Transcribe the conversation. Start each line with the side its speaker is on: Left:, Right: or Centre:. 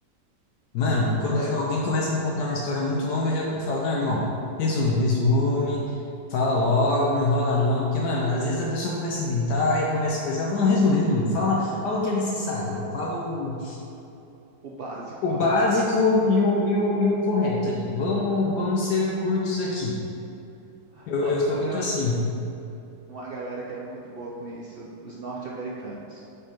Left: Mano, quando
Right: É
Left: alguém começa a me contar uma história muito longa, eu já prefiro falar, não, irmão, resume, resume, fala logo, não enrola não, porque, mano, às vezes a pessoa começa a inventar e começa a coisar, falando, resume, resume, fala, fala o que é necessário, fala o
Right: o básico.
Left: o básico e o, e o, e o correto ali. Vamos, vamos ser curtos aqui.
Right: <laughs>
Left: Eu,
Right: Ó,
Left: eu
Right: sabe
Left: sou muito
Right: uma,
Left: assim.
Right: uma galera que é muito boa com isso? Os norte-americanos.